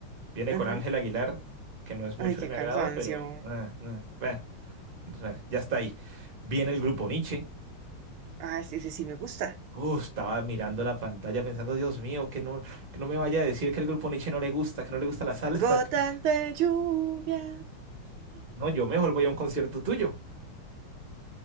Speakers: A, on the right (about 30°); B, on the right (about 80°).
A: viene
B: Ajá.
A: con Ángel Aguilar, que no es mucho
B: Ay, qué
A: de mi
B: cansancio.
A: agrado, pero... eh, eh, bueno. Bueno, ya está ahí. Viene el grupo Nietzsche.
B: Ah, ese, ese sí me gusta.
A: Uf, estaba mirando la pantalla pensando, Dios mío, que no, que no me vaya a decir que el grupo Nietzsche no le gusta, que no le gusta la salsa.
B: Gotas
A: <laughs>
B: de lluvia.
A: No, yo mejor voy a un concierto tuyo.